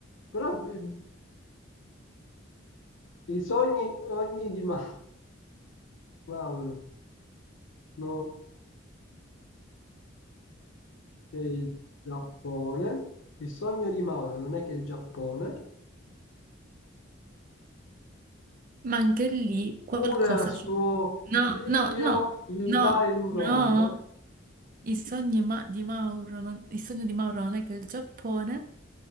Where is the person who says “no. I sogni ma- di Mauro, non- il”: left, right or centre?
Right